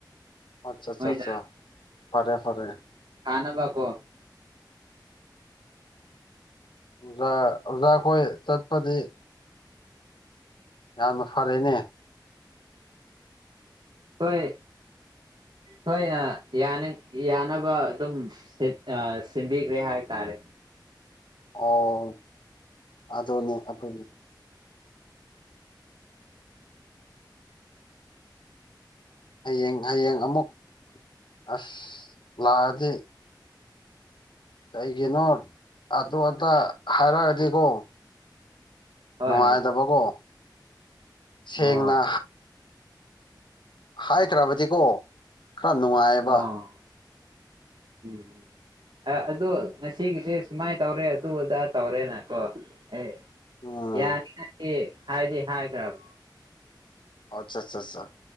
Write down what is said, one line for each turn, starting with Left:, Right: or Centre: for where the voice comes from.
Left: ꯑꯆꯥ
Right: ꯃꯣꯏꯗ
Left: ꯆꯥ ꯆꯥ ꯐꯔꯦ ꯐꯔꯦ
Right: ꯊꯥꯅꯕ ꯀꯣ
Left: ꯑꯣꯖꯥ ꯑꯣꯖꯥ ꯈꯣꯏ ꯆꯠꯄꯗꯤ ꯌꯥꯝꯅ ꯐꯔꯦꯅꯦ
Right: ꯍꯣꯏ ꯍꯣꯏ ꯑ ꯌꯥꯅꯦ ꯌꯥꯅꯕ ꯑꯗꯨꯝ ꯁꯤꯟ ꯁꯤꯟꯕꯤꯈ꯭ꯔꯦ ꯍꯥꯏ ꯇꯔꯦ
Left: ꯑꯣ ꯑꯗꯨꯅꯤ ꯑꯗꯨꯅꯤ ꯍꯌꯦꯡ ꯍꯌꯦꯡ ꯑꯃꯨꯛ ꯑꯁ ꯂꯥꯛꯑꯗꯤ ꯀꯩꯒꯤꯅꯣ ꯑꯇꯣ ꯑꯇꯥ ꯍꯥꯏꯔꯛꯑꯗꯤꯀꯣ
Right: ꯍꯣꯏ
Left: ꯅꯨꯡꯉꯥꯏꯗꯕꯒꯣ
Right: ꯍꯣꯏ
Left: ꯁꯦꯡꯅ
Right: ꯑꯣ
Left: ꯍꯥꯏꯈ꯭ꯔꯕꯗꯤꯀꯣ ꯈ꯭ꯔ ꯅꯨꯡꯉꯥꯏꯑꯕ
Right: ꯑꯣ ꯎꯝ ꯑꯗꯨ ꯉꯁꯤꯒꯤꯗꯤ ꯁꯨꯃꯥꯏꯅ ꯇꯧꯔꯦ ꯑꯗꯨꯗ ꯇꯧꯔꯦꯅꯀꯣ ꯑꯩ
Left: ꯎꯝ
Right: ꯌꯥꯅꯤ ꯍꯥꯏꯗꯤ ꯍꯥꯏꯗꯤ ꯍꯥꯏꯈ꯭ꯔꯝ
Left: ꯑꯆꯥ -ꯆꯥ -ꯆꯥ